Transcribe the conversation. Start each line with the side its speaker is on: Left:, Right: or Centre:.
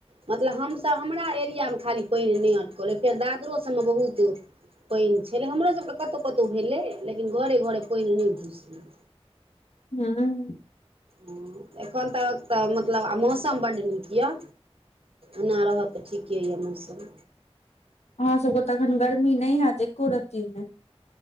Right: मतलब हमसभ हमरा एरियामे खाली पैन नहि अटकल फेर दादरो सभमे बहुत पानि छलै हमरोसभके कतहु कतहु भेलै लेकिन घरे घरे पानि नहि घुसलै
Left: हँ
Right: हु एखन तक तऽ मतलब आ मौसम बड्ड नीक यए एना रहत तऽ ठीके यऽ मौसम
Left: अहाँ सब के तखन गर्मी नहि हेत एको रती नै